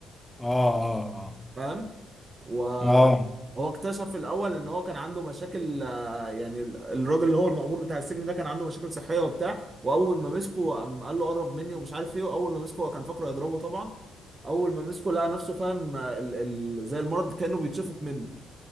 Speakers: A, in the centre; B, on the right.
A: اه اه
B: فاهم وهو
A: اه, آه.
B: اكتشف في الاول ان هو كان عنده مشاكل آه، يعني ال- الراجل اللي هو المأمور بتاع السجن ده كان عنده مشاكل صحيه وبتاع واول ما مسكه قام قال له قرب مني ومش عارف ايه واول ما مسكه هو كان فاكره يضربه طبعا اول ما مسكه لقى نفسه فاهم آه، ال- ال- زي المرض كانه بيتشفط منه